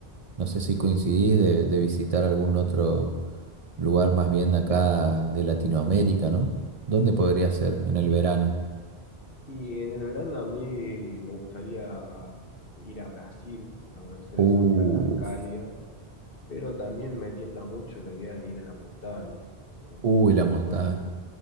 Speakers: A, on the right; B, on the left.
A: no sé si coincidís, de, de visitar algún otro lugar más bien de acá de Latinoamérica, ¿no? ¿Dónde podría ser en el verano?
B: Y en el verano a mí me gustaría ir a Brasil, a conocer
A: Uf,
B: esas playas cálidas, pero también me tienta mucho la idea de ir a la montaña, eh,
A: uy,
B: como
A: la
B: que
A: montaña.
B: son,